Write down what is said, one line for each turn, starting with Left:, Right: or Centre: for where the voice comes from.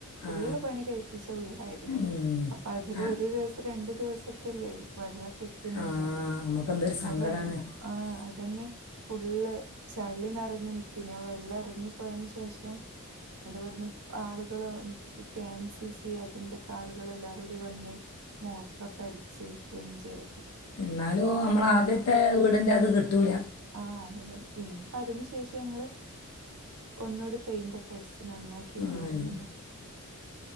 Right: ഫുള്ള്
Left: ആ
Right: പണി കഴപ്പിച്ച വീടായിരുന്നു
Left: ഉം.
Right: അപ്പൊ അതില്
Left: ആ
Right: ഒരു ദിവസം രണ്ടു ദിവസംക്കെല്ലേ വെള്ളം കെട്ടി നിന്നത്
Left: ആ നമുക്കെന്തൊരു
Right: അപ്പൊ
Left: സങ്കടമാണ്
Right: വെള്ള ആ അതന്നെ ഫുള്ള് ചള്ളിന്ന്റഞ്ഞു നിക്കിന വെള്ളം ഇറങ്ങിപ്പോയന് ശേഷം ന്നട്ട് ഇവിടന്ന് ആളുകള് കെ എം സി സി അതിന്റെക്കെ ആളുകൾ എല്ലാരും കൂടി വന്നേ മോട്ടറൊക്കെ അടിച്ച് ക്ലീൻ ചെയ്ത
Left: എന്നാലും നമ്മള ആദ്യത്തെ വീടിന്റെ അത് കിട്ടൂല
Right: ആഹ അത പിന്നെ അപ്പ അതിന് ശേഷം ഞങ്ങള് ഒന്നൂടി പെയിന്റ് ഒക്കെ അട നന്നാക്കിയ
Left: ആ
Right: വീട്
Left: ഇനി-
Right: വീണ്ടും